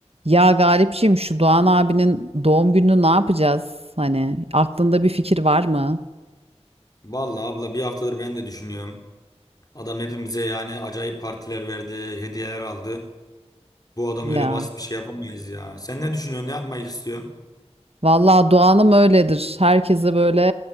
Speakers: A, on the right; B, on the left.
A: Ya Galipciğim şu Doğan abinin doğum gününü ne yapacağız? Hani aklında bir fikir var mı?
B: Vallahi abla bir haftadır ben de düşünüyorum. Adam hepimize yani acayip partiler verdi, hediyeler aldı. Bu adam
A: Ya.
B: öyle basit bir şey yapamayız ya. Sen ne düşünüyorsun, ne yapmayı istiyorsun?
A: Vallahi Doğan'ım öyledir. Herkese böyle